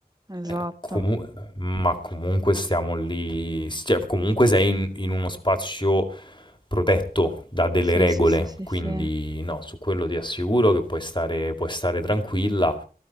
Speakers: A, on the right; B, on the left.
A: Esatto.
B: Eh, comu ma comunque stiamo lì s cioè comunque sei in in uno spazio protetto da delle
A: Sì,
B: regole,
A: sì, sì, sì,
B: quindi
A: sì.
B: no, su quello ti assicuro che puoi stare puoi stare tranquilla.